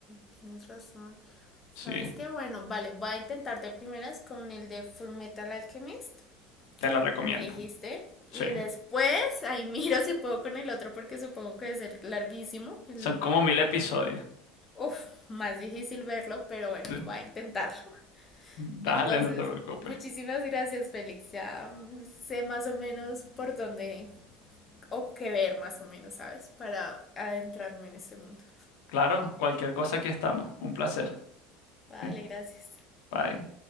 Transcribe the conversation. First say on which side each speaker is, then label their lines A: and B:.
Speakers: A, on the left; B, on the left.
A: tienes razón. ¿Sabes
B: Sí,
A: qué? Bueno, vale, voy a intentar de primeras con el de Full Metal Alchemist.
B: te lo recomiendo.
A: me dijiste.
B: Sí,
A: Y después ahí miro si puedo con el otro porque supongo que debe ser larguísimo. El...
B: son como mil episodios.
A: Uf, más difícil verlo, pero bueno,
B: Sí.
A: voy a intentarlo.
B: Dale,
A: <laughs> Entonces,
B: no te preocupes.
A: muchísimas gracias, Félix. Ya mm, sé más o menos por dónde o qué ver más o menos, ¿sabes? Para adentrarme en este mundo.
B: Claro, cualquier cosa aquí estamos. Un placer.
A: Vale,
B: <laughs>
A: gracias.
B: Bye.